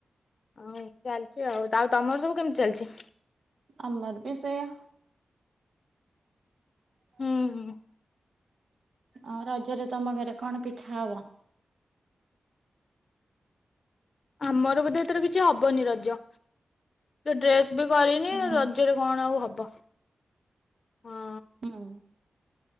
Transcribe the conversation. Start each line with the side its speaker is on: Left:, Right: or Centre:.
Left: ହଉ ଚାଲିଚି ଆଉ, ଆଉ ତମର ସବୁ କେମିତି ଚାଲିଚି?
Right: ଆମର ବି ସେୟା। <inaudible>
Left: ହୁଁ
Right: ଆ ରଜରେ ତମ ଘରେ କଣ ପିଠା ହବ?
Left: ଆମର ବୋଧେ ଏଥର କିଛି ହବନି ରଜ, ତ ଡ୍ରେସ୍ ବି କରିନି
Right: ହୁଁ
Left: ରଜରେ, କଣ ଆଉ ହବ, ହଁ।
Right: ହୁଁ